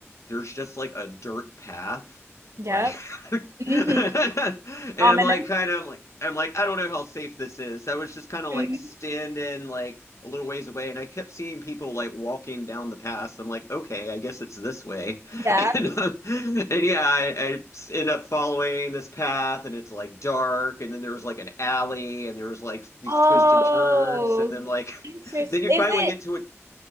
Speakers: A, on the left; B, on the right.
A: there's just like a dirt path.
B: Yep.
A: Like <laughs> and
B: hmm
A: I'm
B: Ominous.
A: like kind of I'm like I'm like I don't know how safe this is. I was just kind of like
B: Mhm.
A: standing like a little ways away and I kept seeing people like walking down the path. I'm like, okay, I guess it's this way. <laughs>
B: Yeah.
A: And, um, and yeah, I, I s- end up following this path, and it's like dark, and then there's like an alley, and there's like these
B: Oh,
A: twists and turns, and then like,
B: interesting.
A: <laughs> then you
B: Is
A: finally
B: it?
A: get to it.